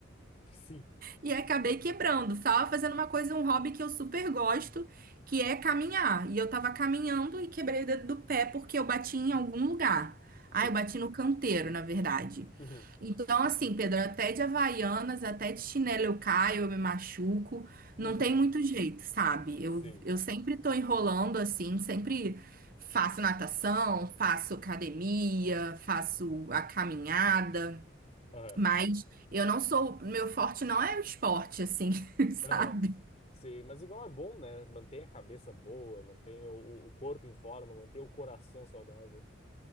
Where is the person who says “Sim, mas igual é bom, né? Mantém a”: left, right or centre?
Left